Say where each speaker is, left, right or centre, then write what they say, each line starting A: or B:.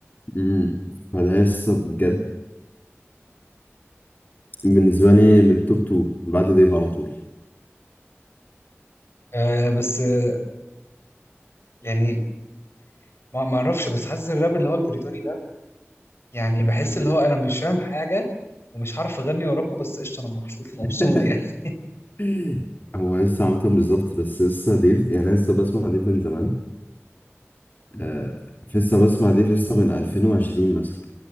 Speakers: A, on the left (about 40°); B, on the left (about 60°).
A: مم. فده لسه بجد بالنسبه لي من التوب 2 بعد ديف على طول
B: آه بس آه يعني ما ما اعرفش بس حاسس الراب اللي هو البريطاني ده يعني بحس
A: مم.
B: اللي هو انا مش فاهم حاجه ومش هعرف اغني وراكوا بس قشطه انا مبسوط مبسوط
A: <laughs>
B: يعني <laughs>
A: <clears throat> هو لسه عامة بالظبط بس لسه ديف يعني أنا لسه بسمع ديف من زمان آه لسه بسمع ديف لسه من 2020 مثلا